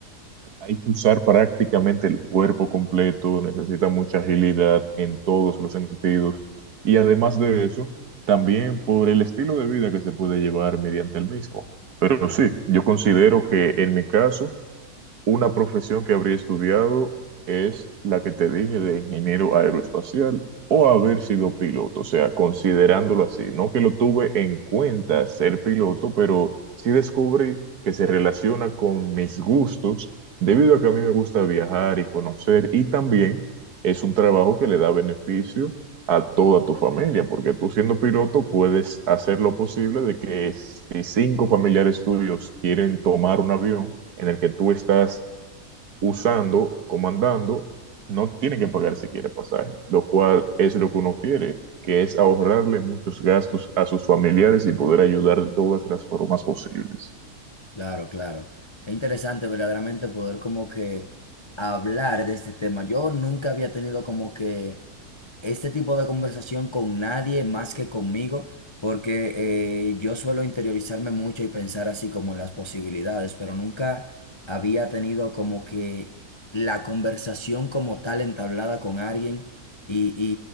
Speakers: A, on the right (about 70°); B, on the left (about 45°).
A: hay que usar prácticamente el cuerpo completo, necesita mucha agilidad en todos los sentidos. Y además de eso, también por el estilo de vida que se puede llevar mediante el mismo. Pero sí, yo considero que en mi caso una profesión que habría estudiado es la que te dije de ingeniero aeroespacial o haber sido piloto, o sea, considerándolo así. No que lo tuve en cuenta ser piloto, pero sí descubrí que se relaciona con mis gustos debido a que a mí me gusta viajar y conocer y también es un trabajo que le da beneficio a toda tu familia, porque tú siendo piloto puedes hacer lo posible de que si cinco familiares tuyos quieren tomar un avión, en el que tú estás usando, comandando, no tiene que pagar siquiera pasaje, lo cual es lo que uno quiere, que es ahorrarle muchos gastos a sus familiares y poder ayudar de todas las formas posibles.
B: Claro, claro. Qué interesante verdaderamente poder como que hablar de este tema. Yo nunca había tenido como que este tipo de conversación con nadie más que conmigo, porque eh, yo suelo interiorizarme mucho y pensar así como en las posibilidades, pero nunca había tenido como que la conversación como tal entablada con alguien y,